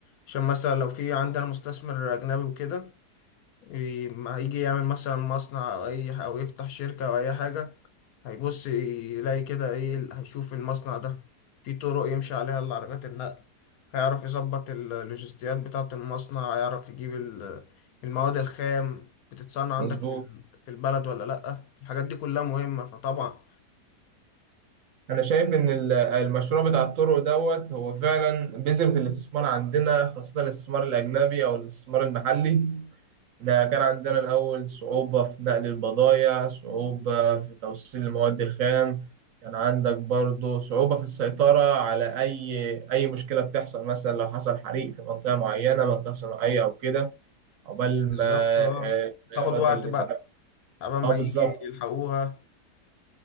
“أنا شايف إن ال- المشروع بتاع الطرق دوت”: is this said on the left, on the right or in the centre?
Right